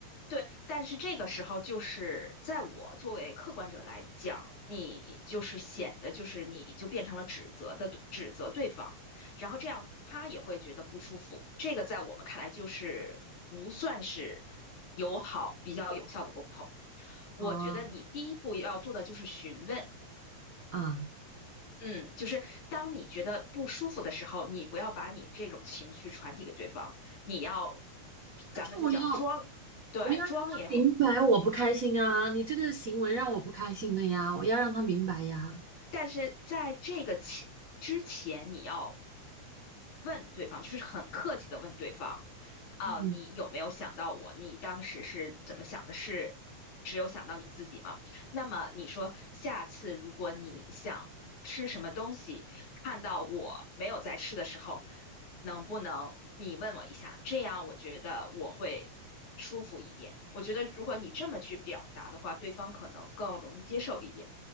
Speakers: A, on the left (about 75°); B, on the right (about 75°).
A: 对，但是这个时候就是在我作为客观者来讲，你就是显得就是你就变成了指责的指责对方，然后这样他也会觉得不舒服。这个在我们看来就是不算是友好、比较有效的沟通。我觉得你第一步要做的就是询问，
B: 啊啊。
A: 嗯，就是当你觉得不舒服的时候，你不要把你这种情绪传递给对方，你要，咱们就讲装。
B: 但是我要。
A: 对，
B: 我要让他明白我不开心啊！
A: 装也好。
B: 你这个行为让我不开心的呀，我要让他明白呀。
A: 但是在这个期之前，你要问对方，就是很客气的问对方，啊，
B: 嗯
A: 你有没有想到我？你当时是怎么想的？是只有想到你自己吗？那么你说下次如果你想吃什么东西，看到我没有在吃的时候，能不能你问我一下？这样我觉得我会舒服一点。我觉得如果你这么去表达的话，对方可能更容易接受一点。